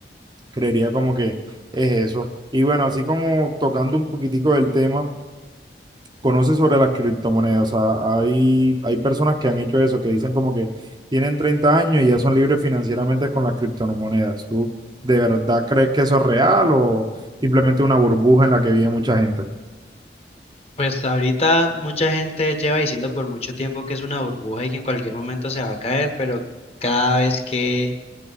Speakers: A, on the right (about 25°); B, on the left (about 35°).
A: Creería como que es eso. Y bueno, así como tocando un poquitico del tema conoce sobre las criptomonedas. O sea, hay, hay personas que han hecho eso, que dicen como que tienen 30 años y ya son libres financieramente con las criptomonedas. ¿Tú de verdad crees que eso es real o simplemente una burbuja en la que vive mucha gente?
B: Pues ahorita mucha gente lleva diciendo por mucho tiempo que es una burbuja y que en cualquier momento se va a caer, pero cada vez que,